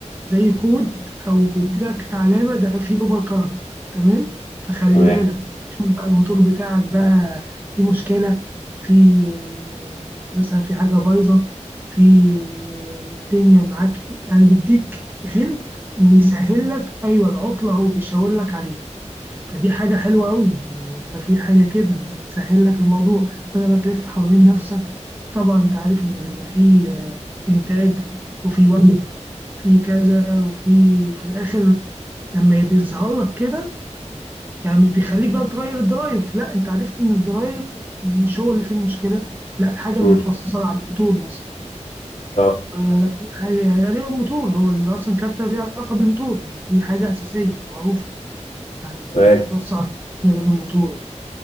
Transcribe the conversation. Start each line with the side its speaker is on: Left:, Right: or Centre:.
Right: زي كود او بيدي لك علامه ده في اوفر كارنت تمام فخلي
Left: تمام
Right: بالك شوف بقى الموتور بتاعك بقى في مشكله في آه، مثلا في حاجه بايظه في آه، الدنيا معاك إيه. يعني بيديك هنت ان يسهل لك ايوه العطله هو بيشاور لك عليه فدي حاجة حلوة أوي إن يبقى في حاجة كده إن تسهل لك الموضوع بدل ما تلف حوالين نفسك طبعا أنت عارف إن بيبقى في آه، إنتاج وفي وقت في كذا وفي وفي الآخر لما بيظهر لك كده يعني مش بيخليك بقى تغير الدرايف لا أنت عرفت إن الدرايف مش هو اللي فيه المشكلة لا الحاجة
Left: مم.
Right: المتوصلة عليه موتور مثلا
Left: اه
Right: آه، دي حاجة يعني غالبا موتور هو اللي أصلا كارت ليه علاقة بالموتور يعني دي حاجة أساسية معروفة يعني
Left: تمام
Right: مش بتوصل على حاجة غير الموتور